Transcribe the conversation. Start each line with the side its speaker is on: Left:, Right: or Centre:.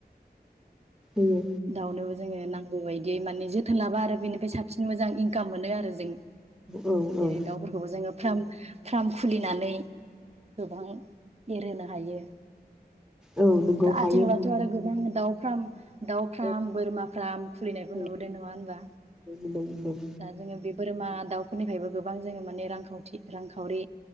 Centre: होयो
Right: दाउनो जोङो नांगौ बायदियै माने जोथोन लाबा आरो बेनिफ्राय साबसिन मोजां इनकाम मोनो आरो जों
Centre: औ
Right: जेरै
Centre: औ
Right: दाउफोरखौबो जोङो फ्राम फ्रार् खुलिनानै गोबां एरहोनो हायो
Centre: औ नंगौ
Right: दा
Centre: हायो
Right: आथिखालावथ' आरो गबां दाउफ्राम। दाउ फार्म
Centre: औ
Right: बोरमा फार्म खुलिनायबो
Centre: औ
Right: नुबोदों नङा होनबा
Centre: मोनदों मोनदों
Right: दा जोङो बे बोरमा दाउफोरनिफ्रायबो गोबां जोङो माने रांखावथि रांखावरि